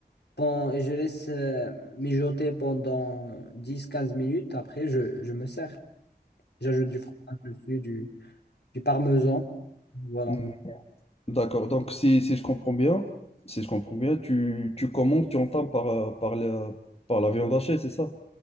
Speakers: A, on the left (about 75°); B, on the left (about 35°).
A: Bon, et je laisse euh, mijoter pendant dix quinze minutes. Après, je, je me sers. J'ajoute du fromage dessus, du, du parmesan. Voilà.
B: Ok. D'accord. Donc, si, si je comprends bien, si je comprends bien, tu, tu commandes, tu entames par, euh, par la, par la viande hachée, c'est ça?